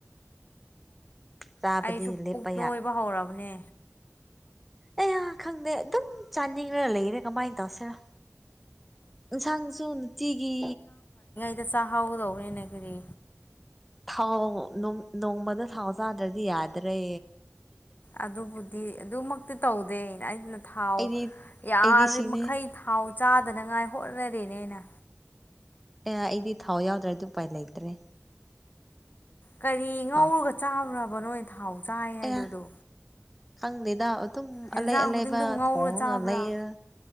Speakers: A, in the centre; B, on the left.
A: ꯆꯥꯕꯗꯤ
B: ꯑꯩꯁꯨ
A: ꯂꯦꯞꯄ
B: ꯄꯨꯛ ꯅꯣꯏꯕ ꯍꯧꯔꯕꯅꯦ꯫
A: ꯑꯩꯌ ꯈꯪꯗꯦ ꯑꯗꯨꯝ ꯆꯥꯅꯤꯡꯉ ꯂꯩꯔꯦ ꯀꯃꯥꯏꯅ ꯇꯧꯁꯤꯔ꯫ ꯏꯟꯁꯥꯡꯁꯨ ꯅꯨꯡꯇꯤꯒꯤ
B: ꯁꯤꯗ ꯆꯥꯍꯧꯒꯗꯧꯕꯅꯤꯅꯦ ꯀꯔꯤ
A: ꯊꯥꯎ ꯅꯣꯡꯃꯗ ꯊꯥꯎ ꯆꯥꯗ꯭ꯔꯗꯤ ꯌꯥꯗ꯭ꯔꯦ꯫
B: ꯑꯗꯨꯕꯨꯗꯤ ꯑꯗꯨꯃꯛꯇꯤ ꯇꯧꯗꯦ ꯑꯩꯅ ꯊꯥꯎ
A: ꯑꯩꯗꯤ
B: ꯌꯥꯔꯤ
A: ꯑꯩꯗꯤ ꯁꯤꯅꯤ
B: ꯃꯈꯩ ꯊꯥꯎ ꯆꯥꯗꯅꯉꯥꯏ ꯍꯣꯠꯅꯔꯤꯅꯦ ꯑꯩꯅ꯫
A: ꯑꯦ ꯑꯩꯗꯤ ꯊꯥꯎ ꯌꯥꯎꯗ꯭ꯔꯗꯤ ꯎꯄꯥꯏ ꯂꯩꯇ꯭ꯔꯦ꯫
B: ꯀꯔꯤ ꯉꯧꯔꯒ
A: ꯊꯥꯎ
B: ꯆꯥꯕ꯭ꯔꯕ ꯅꯣꯏ ꯊꯥꯎ ꯆꯥꯏ ꯍꯥꯏꯗꯨꯗꯣ꯫
A: ꯑꯦ ꯈꯪꯗꯦꯗ ꯑꯗꯨꯝ
B: ꯍꯦꯟꯖꯥꯡ
A: ꯑꯂꯩ ꯑꯂꯩꯕ
B: ꯈꯨꯗꯤꯡꯗꯣ ꯉꯧꯔ
A: ꯊꯣꯡꯉꯒ
B: ꯆꯥꯕ꯭ꯔꯥ
A: ꯂꯩꯔ